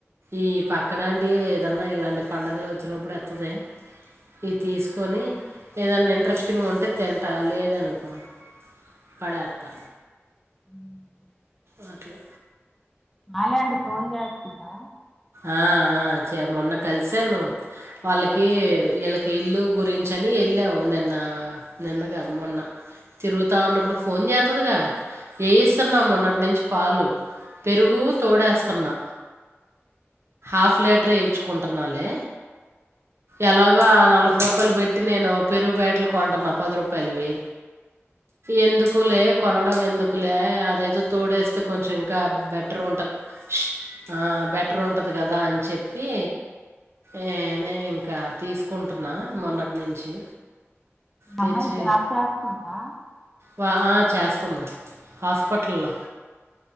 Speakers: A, on the right; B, in the centre.
A: ఈ పక్కన ఆంటీ ఏదన్నా ఇలాంటి పడుగలు వచ్చినప్పుడు ఇత్తంది ఇది తీసుకొని ఏదన్నా ఇంట్రెస్టింగ్ ఉంటే తింటా లేదనుకో పడేతా
B: హుహ్
A: ఓట్లా
B: మల్ ఏంటి పోన్ జేసుందా.
A: ఆ ఆ చే మొన్న కలిసాను వాళ్ళకి ఇళ్ళకి ఇల్లు గురించి అని ఏళ్ళావు నిన్న నిన్న కాదు మొన్న తిరుగుతా
B: మీ
A: ఉన్నప్పుడు ఫోన్ చేతదిగా ఏయిస్తున్నా మొన్నటి నుంచి పాలు పెరుగు తోడేస్తున్నా హాఫ్ లీటర్ ఏయించుకుంటున్నాలే ఎలాగో ఆ నాఫై రూపాయలు పెట్టి నేను పెరుగు ప్యాకెటులు కొంటాన్నా పది రూపాయలువి. ఎందుకులే కొనడం ఎందుకులే అదేదో తోడేస్తే కొంచెం ఇంకా బెట్ట ట్రూంటది. ఆ బెటర్ ఉంటది కదా అని చెప్పి ఏనే ఇంకా తీసుకుంటున్నా మొన్నటి నుంచి
B: మమై
A: తెచ్చి
B: గర్చ్ చేస్తుందా
A: వా ఆ చేస్తుంది హాస్పిటల్లో